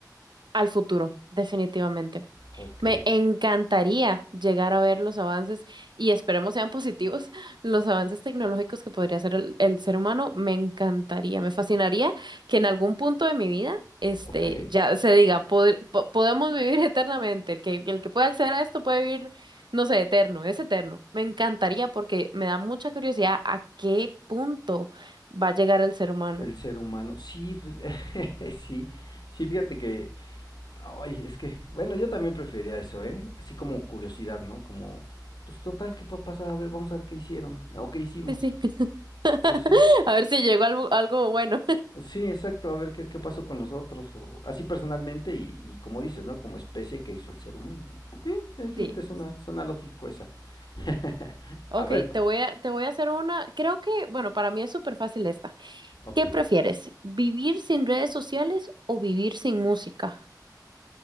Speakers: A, on the right; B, on the left.
A: Al futuro, definitivamente.
B: Ok,
A: Me encantaría llegar a ver los avances y esperemos sean positivos <laughs> los avances tecnológicos que podría hacer el, el ser humano. Me encantaría, me fascinaría que en algún punto de mi vida, este,
B: ok.
A: ya se diga, pod- po- podemos vivir <laughs> eternamente. El que, el que pueda acceder a esto puede vivir, no sé, eterno, es eterno. Me encantaría porque me da mucha curiosidad a qué punto va a llegar el ser humano.
B: El ser humano. Sí, pues, <laughs> sí, sí, fíjate que, ay, es que, bueno, yo también prefería eso, ¿eh? Así como curiosidad, ¿no? Como, pues total, ¿qué puede pasar? A ver, vamos a ver qué hicieron o qué hicimos.
A: <laughs> Sí, sí.
B: Pues sí,
A: <laughs> A ver si llegó algo, algo bueno.
B: sí, exacto, a ver qué, qué pasó con nosotros, o así personalmente y, y como dices, ¿no? Como especie que hizo el ser humano. Sí, eh,
A: <laughs>
B: fíjate,
A: Sí.
B: suena, suena lógico esa. <laughs>
A: Ok,
B: a ver,
A: te voy a, te voy a hacer una, creo que, bueno, para mí es súper fácil esta.
B: ok.
A: ¿Qué prefieres? ¿Vivir sin redes sociales o vivir sin música?